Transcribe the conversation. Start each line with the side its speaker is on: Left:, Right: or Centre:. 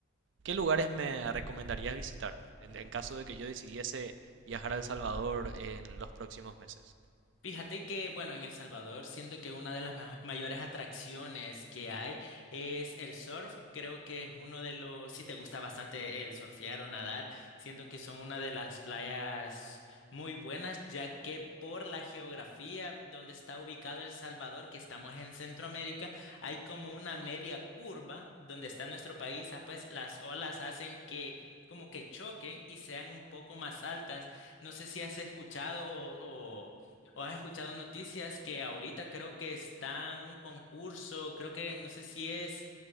Right: ¿qué lugares me recomendarías visitar en, en caso de que yo decidiese viajar a El Salvador en los próximos meses?
Left: Fíjate que, bueno, en El Salvador siento que una de las ma- mayores atracciones que hay es el surf. Creo que es uno de los, si te gusta bastante el surfear o nadar, siento que son una de las playas muy buenas, ya que por la geografía donde está ubicado El Salvador, que estamos en Centroamérica, hay como una media curva donde está nuestro país, ah, pues las olas hacen que como que choquen y sean un poco más altas. No sé si has escuchado o, ¿O has escuchado noticias que ahorita creo que está un concurso, creo que no sé si es